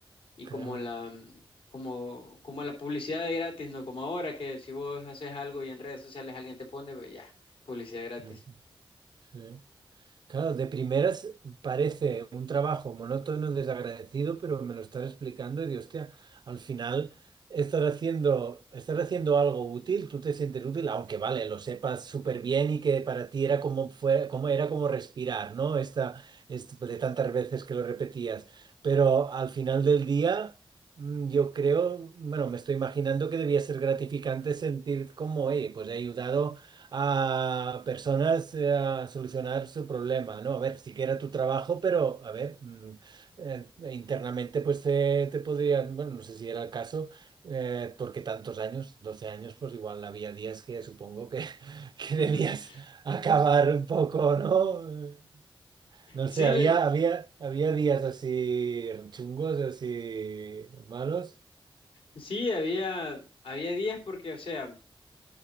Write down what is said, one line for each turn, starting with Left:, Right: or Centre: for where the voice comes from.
Left: y
Right: claro.
Left: como la, mm, como, como la publicidad de gratis, ¿no? Como ahora que si vos haces algo y en redes sociales alguien te pone, pues ya, publicidad gratis.
Right: Ujú, sí. Claro, de primeras parece un trabajo monótono, desagradecido, pero me lo estás explicando y digo, hostia, al final estás haciendo, estás haciendo algo útil, tú te sientes útil, aunque vale, lo sepas súper bien y que para ti era como fue, como era como respirar, ¿no? Esta, este- pues, de tantas veces que lo repetías. Pero al final del día, mm, yo creo, bueno, me estoy imaginando que debía ser gratificante sentir como, hey, pues he ayudado a personas eh, a solucionar su problema, ¿no? A ver, sí que era tu trabajo, pero a ver, mm, eh, e internamente pues te, te podrían, bueno, no sé si era el caso, eh, porque tantos años, 12 años, pues igual había días que supongo que, <laughs> que
Left: <laughs>
Right: debías acabar un poco, ¿no? Eh, No
Left: Sí,
Right: sé, había,
Left: le-
Right: había, había días así chungos, así malos.
Left: sí, había, había días porque, o sea,